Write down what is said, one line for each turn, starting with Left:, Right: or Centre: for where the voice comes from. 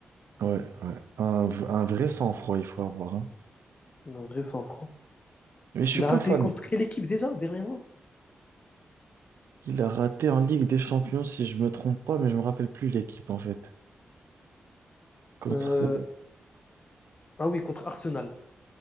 Right: Ouais, ouais. Un, v- un vrai sang-froid, il faut avoir. hein.
Left: Un vrai sang-froid.
Right: Mais je suis
Left: Il
Right: pas
Left: a raté
Right: fan.
Left: contre quelle équipe déjà, dernièrement?
Right: Il a raté en Ligue des Champions, si je me trompe pas, mais je me rappelle plus l'équipe en fait. Contre...
Left: Euh, ah oui, contre Arsenal.